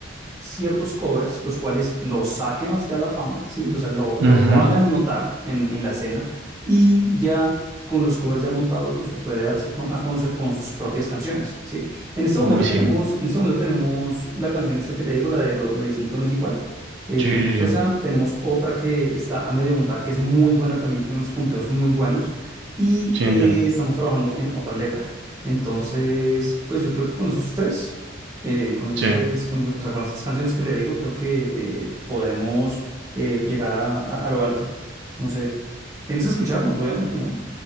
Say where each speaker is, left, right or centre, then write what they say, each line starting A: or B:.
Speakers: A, on the right (about 15°); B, on the right (about 60°).
A: ciertos covers, los cuales los saquen a usted a la fama, ¿sí? O sea, lo, lo,
B: Ujú.
A: lo hagan notar en, en la escena y ya con los covers ya montados usted puede darse co- a conocer con sus propias canciones, ¿sí? En este momento
B: Uy, sí.
A: tenemos, en este momento tenemos la canción esta que le digo, la de Lo, lo distinto no es igual. Eh,
B: Sí,
A: tenemos
B: sí,
A: esa,
B: sí.
A: tenemos otra que está a medio montar, que es muy buena también, tiene unos punteos muy buenos y
B: Sí,
A: eh,
B: entiendo.
A: estamos trabajando en otra letra. Entonces, pues yo creo que con esos tres eh, con esos
B: Sí.
A: tres, con, o sea, con las tres canciones que le digo, creo que eh, podemos eh, llegar a, a- a lo alto. No sé, tienes que escucharnos, obviamente, ¿no?